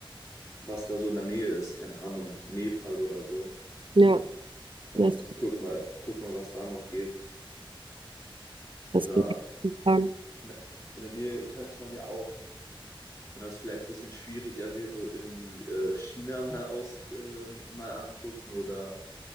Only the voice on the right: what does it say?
ja.
Das,
das ging gut plan.